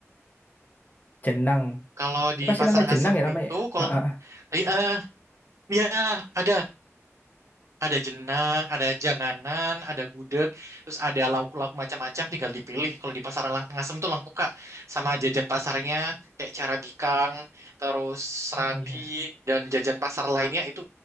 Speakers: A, on the left (about 35°); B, on the right (about 70°).
A: jenang
B: Kalau di
A: apa sih
B: Pasar
A: nama
B: Ngasem
A: jenang ya namanya
B: itu,
A: ya
B: kalau...
A: Ah, ah, ah.
B: Eh, eh, ya, ada. Ada jenang, ada janganan, ada gudeg, terus ada lauk-lauk macam-macam tinggal dipilih. Kalau di pasar Lang- Ngasem tuh lengkap Kak, sama jajan pasarnya kayak cara bikang, terus serabi
A: Oh, iya.
B: dan jajan pasar lainnya itu